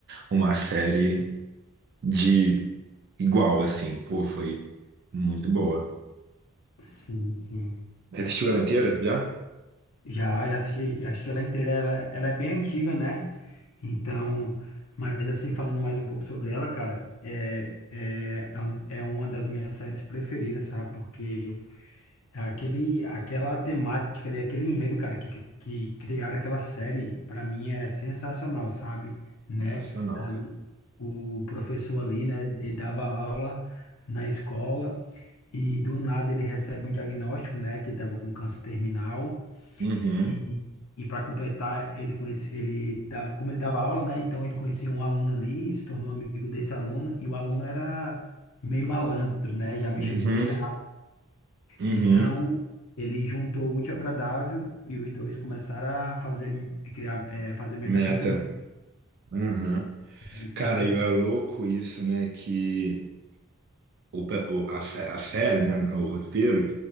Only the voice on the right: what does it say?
uma série de igual, assim. Pô, foi muito boa.
Já assistiu ela inteira? Já?
Sensacional,
cara.
Uhum,
uhum,
uhum.
Meta. Uhum.
Cara, e é louco isso, né? Que o, pe- o- a, sé- a série, né, o roteiro,